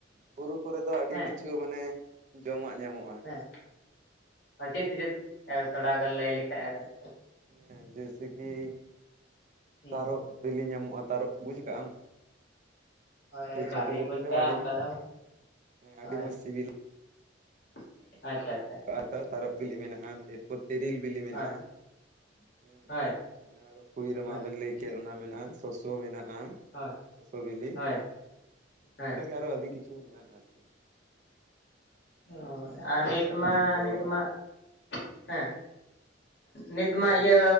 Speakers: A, on the right; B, on the left.
A: ᱵᱩᱨᱩ ᱠᱚᱨᱮ ᱫᱚ ᱟᱹᱰᱤ
B: ᱦᱮᱸ
A: ᱠᱤᱪᱷᱩ ᱢᱟᱱᱮ ᱡᱚᱢᱟᱜ ᱧᱟᱢᱚᱜᱼᱟ
B: ᱦᱮᱸ
A: ᱦᱮᱸ
B: ᱪᱮᱫ ᱪᱮᱫ ᱛᱷᱚᱲᱟ ᱜᱟᱱ ᱞᱟᱹᱭ ᱞᱮᱠᱷᱟ ᱜᱟᱱᱚᱜ
A: ᱦᱮᱸ ᱡᱮᱭᱥᱮ ᱠᱤ
B: ᱦᱩᱸ
A: ᱛᱟᱨᱚᱜ ᱵᱤᱞᱤ ᱧᱟᱢᱚᱜᱼᱟ ᱛᱟᱨᱚᱜ ᱵᱩᱡᱽ ᱠᱟᱜ ᱟᱢ
B: ᱦᱳᱭ
A: ᱥᱮ ᱪᱷᱚᱴᱚ
B: ᱵᱟᱹᱞᱤᱧ
A: ᱪᱷᱚᱴᱚ
B: ᱵᱩᱡᱽ
A: ᱡᱚᱜᱼᱟ
B: ᱠᱟᱜᱼᱟ
A: ᱟᱹᱰᱤ
B: ᱚᱱᱠᱟ ᱫᱚ
A: ᱦᱮᱸ ᱟᱹᱰᱤ
B: ᱦᱳᱭ
A: ᱢᱚᱸᱡᱽ ᱥᱤᱵᱤᱞᱟ
B: <unintelligible> ᱟᱪᱪᱷᱟ ᱟᱪᱪᱷᱟ
A: <unintelligible> ᱛᱟᱨᱚᱵ ᱵᱤᱞᱤ ᱢᱮᱱᱟᱜᱼᱟ ᱮᱨᱯᱚᱨ ᱛᱤᱨᱤᱞ ᱵᱤᱞᱤ ᱢᱮᱱᱟᱜᱼᱟ
B: ᱦᱳᱭ
A: ᱦᱮᱸ
B: ᱦᱳᱭ
A: ᱚᱱᱮ ᱟᱨᱚ ᱠᱩᱭ ᱨᱮᱢᱟ
B: ᱦᱳᱭ
A: ᱵᱮᱱ ᱞᱟᱹᱭ ᱠᱮᱫ ᱚᱱᱟ ᱢᱮᱱᱟᱜᱼᱟ ᱥᱚᱥᱳ ᱢᱮᱱᱟᱜᱼᱟ
B: ᱦᱳᱭ
A: ᱥᱚᱥᱚ ᱵᱤᱞᱤ
B: ᱦᱳᱭ ᱦᱳᱭ
A: ᱚᱱᱠᱟ ᱜᱮ ᱟᱨᱦᱚᱸ ᱟᱹᱰᱤ ᱠᱤᱪᱷᱩ ᱢᱮᱱᱟᱜᱼᱟ ᱟᱨᱠᱤ
B: ᱚ ᱟᱨ ᱱᱤᱛ ᱢᱟ
A: ᱠᱚ
B: ᱱᱤᱛ ᱢᱟ ᱦᱮᱸ ᱱᱤᱛ
A: ᱦᱮᱸ
B: ᱢᱟ
A: ᱞᱟᱹᱭ
B: ᱤᱭᱟᱹ
A: ᱢᱮ